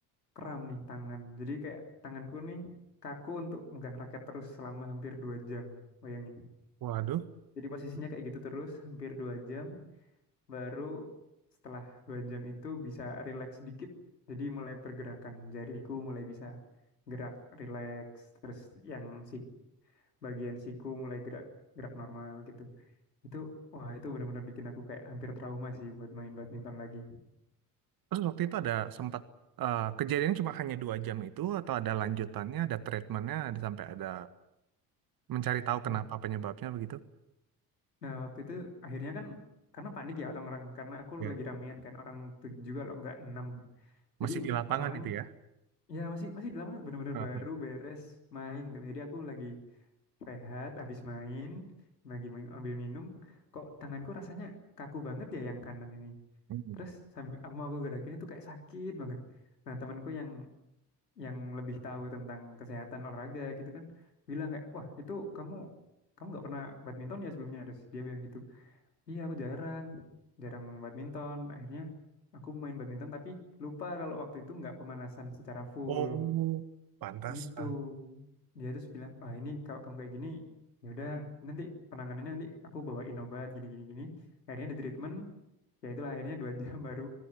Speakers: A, on the left; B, on the right.
A: kram nih tangan. Jadi kayak tanganku nih kaku untuk megang raket terus selama hampir dua jam. Bayangin.
B: Waduh.
A: Jadi posisinya kayak gitu terus hampir dua jam. Baru setelah dua jam itu bisa rileks sedikit. Jadi mulai pergerakan jariku mulai bisa gerak rileks. Terus yang si bagian siku mulai gerak gerak normal gitu. Itu, wah itu benar-benar bikin aku kayak hampir trauma sih buat main badminton lagi.
B: Terus waktu itu ada sempat eh, kejadiannya cuma hanya dua jam itu atau ada lanjutannya, ada treatmentnya, ada sampai ada mencari tahu
A: Nah,
B: kenapa penyebabnya begitu.
A: nah, waktu itu akhirnya kan karena panik ya orang-orang karena aku
B: Ya,
A: lagi ramean kan orang tujuh juga loh nggak enam. Jadi
B: masih di lapangan
A: orang-orang
B: itu ya.
A: ya masih masih di lapangan benar bener
B: Heeh.
A: baru beres main tuh. Jadi aku lagi rehat habis main lagi mi- ambil minum kok tanganku rasanya kaku banget ya yang kanan ini.
B: Hmm.
A: Terus sambil aku mau aku gerakin itu kayak sakit banget. Nah temanku yang yang lebih tahu tentang kesehatan olahraga gitu kan bilang kayak wah itu kamu kamu nggak pernah badminton ya sebelumnya terus dia bilang gitu iya aku jarang jarang badminton akhirnya aku main badminton tapi lupa kalau waktu itu nggak pemanasan secara full
B: Oh, pantasan.
A: itu dia terus bilang ah ini kalau kamu kayak gini ya udah nanti penanganannya nanti aku bawain obat gini gini gini akhirnya di treatment ya itulah akhirnya dua <laughs> jam baru